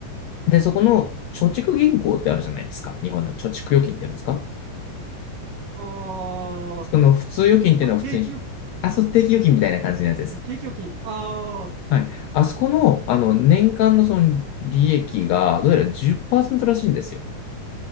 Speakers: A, on the left; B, on the right.
A: で、そこの貯蓄銀行ってあるじゃないですか。日本の貯蓄預金って言うんですか。
B: あ
A: その普通預金っていうのは普通に、
B: ー、定期預、
A: あ、そう、定期預金みたいな感じのやつです。
B: あ、定期預金。あ
A: はい。あそこの、あの、年間のその利益が、どうやら10%らしいんですよ。